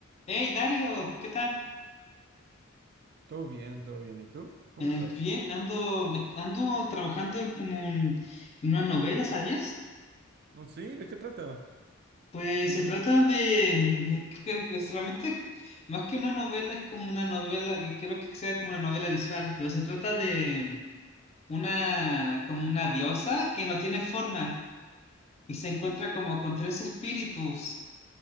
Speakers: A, on the left; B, on the right.
A: Hey Dario, ¿qué tal?
B: Todo bien, todo bien. ¿Y tú? ¿Cómo
A: Eh,
B: estás?
A: bien, ando, me- ando trabajando en como un- en una novela, ¿sabías?
B: Oh, sí, ¿de qué trata?
A: Pues se trata de, <laughs> pues realmente más que una novela es como una novela y creo que sea como una novela visual, pero se trata de una como una diosa que no tiene forma y se encuentra como con tres espíritus.